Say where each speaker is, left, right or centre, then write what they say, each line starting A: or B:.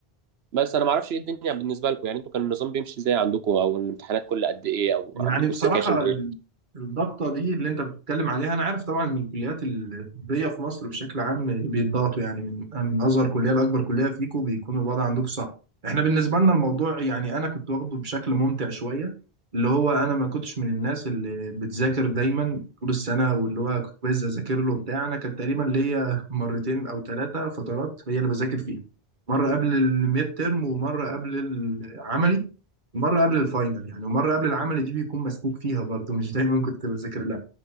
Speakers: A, on the right (about 80°); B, on the right (about 50°).
A: بس انا ما اعرفش ايه الدنيا بالنسبه لكم يعني انتوا كان النظام بيمشي ازاي عندكم او الامتحانات كل قد ايه او
B: يعني
A: عندكم
B: بصراحة
A: السكاشن ايه
B: ال- الضغطة دي اللي أنت بتتكلم عليها أنا عارف طبعا إن الكليات الطبية في مصر بشكل عام بيتضغطوا يعني من من أصغر كلية لأكبر كلية فيكم بيكون الوضع عندكم صعب. إحنا بالنسبة لنا الموضوع يعني أنا كنت واخده بشكل ممتع شوية اللي هو أنا ما كنتش من الناس اللي بتذاكر دايما طول السنة واللي هو كويز أذاكر له بتاع أنا كان تقريبا ليا مرتين أو ثلاثة فترات هي اللي بذاكر فيها. مرة قبل الميد ترم ومرة قبل العملي مرة قبل الفاينل يعني ومرة قبل العمل دي بيكون مسكوك فيها برضه مش دايما كنت بذاكر لها